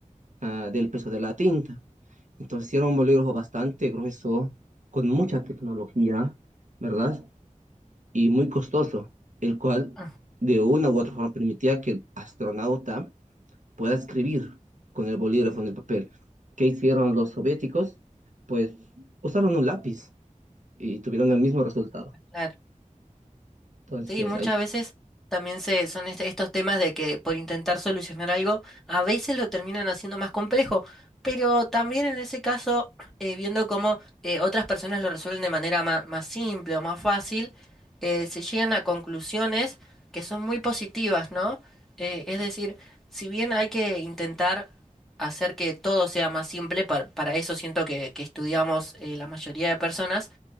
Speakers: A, on the right; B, in the centre.
A: ah, del peso de la tinta. Entonces era un bolígrafo bastante grueso, con mucha tecnología, ¿verdad? Y muy costoso, el cual
B: Ah,
A: de una u otra forma permitía que el astronauta pueda escribir con el bolígrafo en el papel. ¿Qué hicieron los soviéticos? Pues usaron un lápiz y tuvieron el mismo resultado.
B: Claro.
A: Entonces,
B: Sí, muchas
A: hay,
B: veces también se, son est- estos temas de que por intentar solucionar algo, a veces lo terminan haciendo más complejo, pero también en ese caso, eh, viendo cómo eh, otras personas lo resuelven de manera ma- más, simple o más fácil, eh, se llegan a conclusiones que son muy positivas, ¿no? Eh, es decir, si bien hay que intentar hacer que todo sea más simple, par- para, eso siento que, que estudiamos eh, la mayoría de personas,